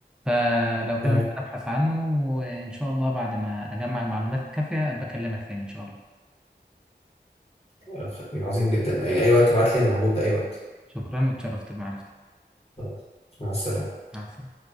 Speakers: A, in the centre; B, on the left.
A: فلو كده
B: تمام
A: ممكن ابحث عنه وان شاء الله بعد ما اجمع المعلومات الكافيه ابقى اكلمك تاني ان شاء الله
B: آه، عظيم جدا اي أي وقت تبعت لي انا موجود ده اي وقت
A: شكرا واتشرفت بمعرفتك
B: خلاص، مع السلامة
A: مع السلامه